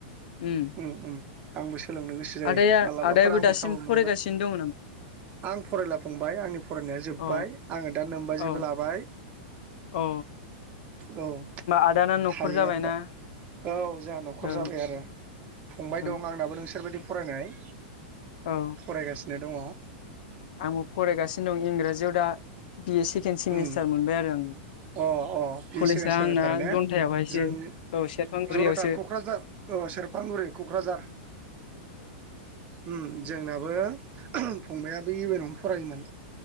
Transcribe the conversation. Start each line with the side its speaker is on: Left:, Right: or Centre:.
Left: उम
Right: ओम ओम आंबो सोलोंनो गोसो जायो
Left: आदाया
Right: मालाबाफोर
Left: आदायाबो
Right: आंबो
Left: दासिम
Right: खाबु मोनबा
Left: फरायगासिनो दङ नामा
Right: आं फरायला फंबाय आंनि फरायनाया जोब्बाय
Left: अ
Right: आङो दा नोंमबाजैबो
Left: औ
Right: लाबाय
Left: औ
Right: औ
Left: आदाना न'खर
Right: थायो
Left: जाबायना
Right: आरो दा औ जोंहा न'खर
Left: औ
Right: जाबाय आरो। फंबाय
Left: औ
Right: दं आंनाबो नोंसोरबायदि फरायनाय
Left: औ
Right: फरायगासिनो दङ
Left: आंबो फरायगासिनो दं इंराजियाव दा बि ए सेकेण्ड सेमिस्टार
Right: उम
Left: मोनबाय आरो आं।
Right: अ अ बि
Left: कलेजआ
Right: ए सेकेण्ड सेमिस्टार
Left: आंना
Right: ने
Left: जन्थायावहायसो
Right: जों
Left: औ सेरफांगुरियावसो
Right: जनथा क'क्राझार औ सेरफांगुरि क'क्राझार ओम जोंनाबो फंबायाबो बे इउ एन आवनो फरायोमोन